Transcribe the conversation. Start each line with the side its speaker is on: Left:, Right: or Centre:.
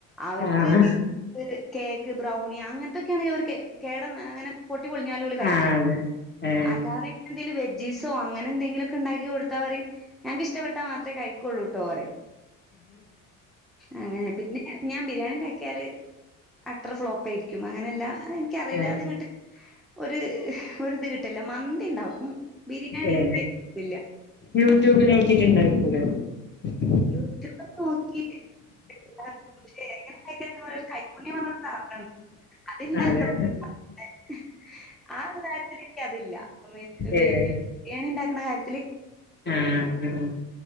Centre: അവർക്ക്
Left: ആഹ്
Centre: <unintelligible> കേക്ക് ബ്രൗണി അങ്ങനത്തൊക്കെയാണെങ്കിൽ അവർ കേട അങ്ങനെ പൊട്ടി പൊളഞ്ഞാലും ഓല് കഴിക്കും
Left: ആഹ് അതെ ഏഹ്
Centre: അല്ലാതെ എന്തേലും വെജ് ജീസോ അങ്ങനെ എന്തെങ്കിലുമൊക്കെ ഉണ്ടാക്കി കൊടുത്താ പറയും ഞങ്ങൾക്ക് ഇഷ്ടപ്പെട്ടാ മാത്രേ കഴിക്കൊള്ളൂട്ടോ പറിം അങ്ങനെ പിന്നെ ഞാൻ ബി ബിരിയാണി ഇണ്ടാക്കിയാല് അട്ടർ ഫ്ലോപ്പായിരിക്കും അങ്ങനെല്ല ആ എനിക്കറിയില്ലാ
Left: ഏഹ്
Centre: അത് ഇങ്ങട്ട് ഒരു ഒരിത് കി തലെ മൻ ന്തിണ്ടാക്കും ബിരിയാണി
Left: ഏഹ്
Centre: ൻക് ഒരിതില്ലാ
Left: യൂട്യൂബിൽ <unintelligible>
Centre: യൂട്യബ നോക്കിക്ക <unintelligible> കൈക്കുഞ്ഞി പോ സാധന അതില്ലാത്ത
Left: അതെ
Centre: <unintelligible> ആ ഒരു കാര്യത്തിലേക്ക് അതില്ല ബിരിയാണി
Left: ഏഹ്
Centre: ഉണ്ടാക്കണ കാര്യത്തില്
Left: ആഹ് ആഹ്